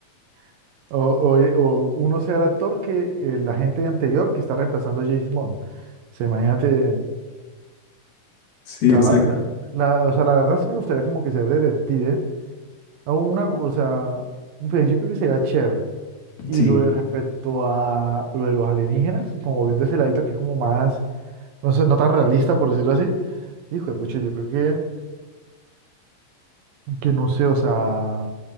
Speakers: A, on the right; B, on the left.
A: <laughs> o, o, o uno sea el actor que eh, la gente anterior que está reemplazando a James Bond. O sea, imagínate,
B: Sí,
A: o
B: exacto.
A: sea, la, la- la- o sea, la verdad sí me gustaría como que ser detective. O Una, o sea, pues yo creo que sería chévere. Y
B: Sí,
A: lo de respecto a lo de los alienígenas, como volviendo a ese ladito que es como más, no sé, no tan realista, por decirlo así. Hijo de pucha, yo creo que, que no sé, o sea,